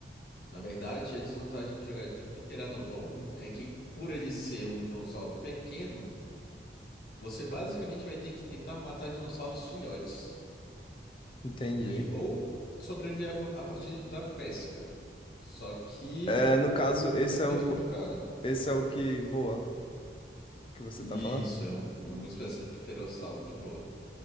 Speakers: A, on the left (about 60°); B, on the left (about 30°).
A: Na verdade, a desvantagem de jogar de Pteranodon é que, por ele ser um dinossauro pequeno, você basicamente vai ter que tentar matar dinossauros filhotes
B: Entendi.
A: e ou sobreviver a, a partir da pesca. Só que
B: É, no caso, esse
A: é muito
B: é o,
A: complicado.
B: esse é o que voa que você
A: Isso,
B: tá falando?
A: é, um- é uma espécie de pterossauro que voa.